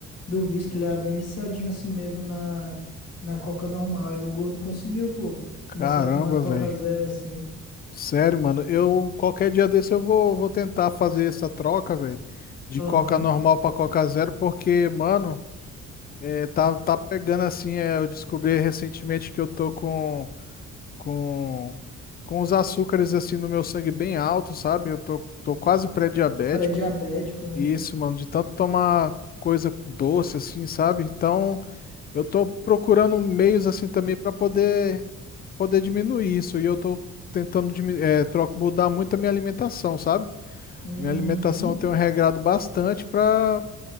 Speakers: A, on the left (about 55°); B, on the left (about 30°).
A: do vício, que ele era bem viciadinho assim mesmo na, na Coca normal. Aí o gordo conseguiu, pô,
B: Caramba,
A: começar a tomar Coca
B: velho.
A: Zero assim.
B: Sério, mano. Eu, qualquer dia desse, eu vou, vou tentar fazer essa troca, velho, de
A: Aham.
B: Coca normal pra Coca zero, porque, mano, é, tá, tá pegando assim. é, eu descobri recentemente que eu tô com com, com os açúcares assim no meu sangue bem alto, sabe? Eu tô, tô quase pré-diabético.
A: Pré-diabético, né?
B: E isso, mano, de tanto tomar coisa doce assim, sabe? Então, eu tô procurando meios assim também para poder poder diminuir isso. E eu tô tentando dimi- eh, troco, mudar muito a minha alimentação, sabe?
A: Uhum.
B: Minha alimentação eu tenho regrado bastante para